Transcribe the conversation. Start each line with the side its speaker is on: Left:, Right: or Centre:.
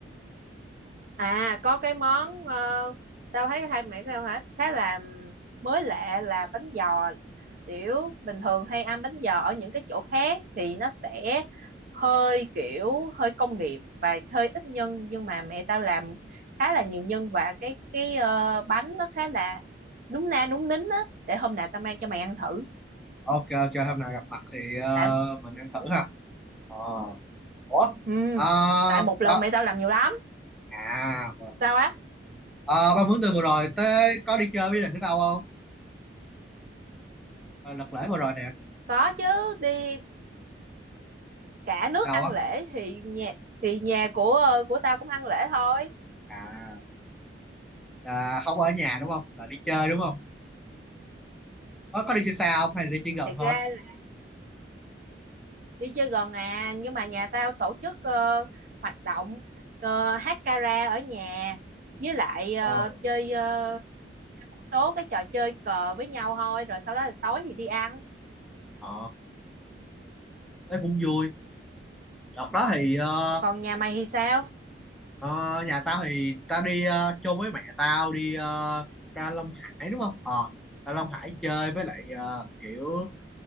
Right: À có cái món ờ, tao thấy hai mẹ tao hả khá là mới lạ là bánh giò kiểu bình thường hay ăn bánh giò ở những cái chỗ khác thì nó sẽ hơi kiểu hơi công nghiệp và hơi ít nhân nhưng mà mẹ tao làm khá là nhiều nhân và cái cái ờ, bánh nó khá là núng na núng nính á để hôm nào tao mang cho mày ăn thử
Centre: Ok, ok, hôm nào gặp mặt thì ờ,
Right: tại
Centre: mình ăn thử ha. Ờ. Ủa?
Right: ừ,
Centre: Ờ,
Right: tại một lần
Centre: ba...
Right: mẹ tao làm nhiều lắm
Centre: À, mà...
Right: sao á
Centre: Ờ, ba muốn từ vừa rồi tới có đi chơi với định ở đâu không? Ờ, đợt lễ vừa rồi nè.
Right: có chứ đi cả nước
Centre: Đâu
Right: ăn
Centre: á?
Right: lễ thì nhà thì nhà của ờ, của tao cũng ăn lễ thôi
Centre: À, à, không ở nhà đúng không? Là đi chơi đúng không? Có, có đi chơi xa không? Hay là đi chơi gần
Right: thiệt
Centre: thôi?
Right: ra là đi chơi gần à nhưng mà nhà tao tổ chức ờ, hoạt động ờ, hát karaoke ở nhà với lại ờ,
Centre: Ờ.
Right: chơi ờ, chơi một số cái trò chơi cờ với nhau thôi rồi sau đó là tối thì đi ăn
Centre: Ờ, thế cũng vui. Đợt đó thì ờ,
Right: còn nhà mày thì sao
Centre: Ờ, nhà tao thì tao đi ờ, chôn với mẹ tao đi ờ, ra Long Hải đúng không? Ờ, ra Long Hải chơi với lại ờ, kiểu